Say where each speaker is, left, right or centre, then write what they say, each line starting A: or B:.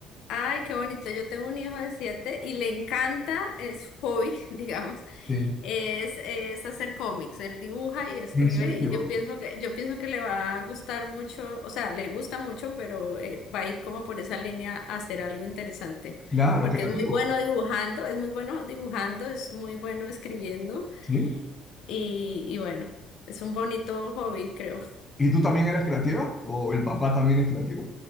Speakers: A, on the left; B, on the left.
A: Ay, qué bonito. Yo tengo un hijo de siete y le encanta, es su hobby, <laughs> digamos,
B: Sí.
A: es, es hacer cómics. Él dibuja y escribe
B: ¿En serio?
A: y yo pienso que, yo pienso que le va a gustar mucho, o sea, le gusta mucho, pero eh, va a ir como por esa línea a hacer algo interesante,
B: Claro,
A: porque
B: creativo.
A: es muy bueno dibujando, es muy bueno dibujando, es muy bueno escribiendo
B: ¿Sí?
A: y, y bueno, es un bonito hobby, creo.
B: ¿Y tú también eres creativa? ¿O el papá también es creativo?